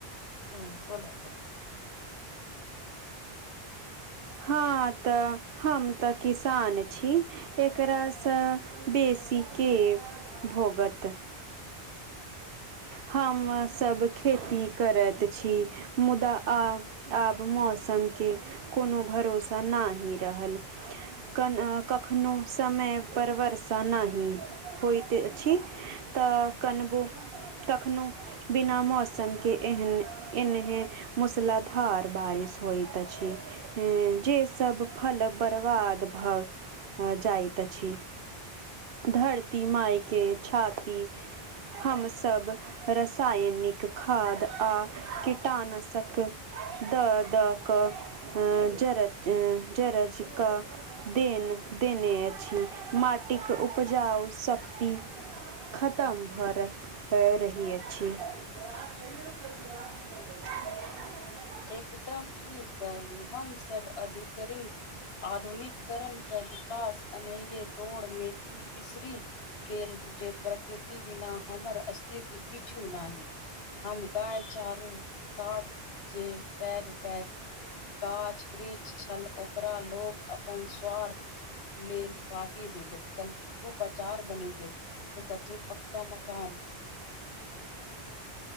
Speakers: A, on the left; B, on the right.
A: हं, बोलअ-बोलअ।
B: हँ तऽ हम तऽ किसान छी। एकरा स बेसी के भोगत हम सब खेती करत छी। मुदा आब, आब मौसम के कुनो भरोसा नाहि रहल। कन अ कखनो समय पर वर्षा नाहि होइत अछि। तऽ कनबो तखनो बिना मौसम के एहन एनहे मूसलाधार बारिश होइत अछि। ह्म्म, जे सभ फल बरबाद भऽ जाइत अछि। धरती माई के छाती हमस सब रसायनिक खाद्य आ कीटाणशक द-द क जरज, जरज क देन देने अछी, माटिक उपजाऊ सख्ती खतम भऽ रह रही अछि। <unintelligible>
A: एकदम ठीक कहलु हमसभ अधिकरण आधुनिककरण क विकास अनैये दौड़ में ई बिसरी गेल जे प्रकृति बिना हमर अस्तित्व किछु नाहि, हम गाय चारू काट पैग-पैग गाछ-वृक्ष छल ओकरा लोग अपन स्वार्थ लेल काटि देलक, कनिकबो बचार बनि गेल। तऽ कथु पक्का मकान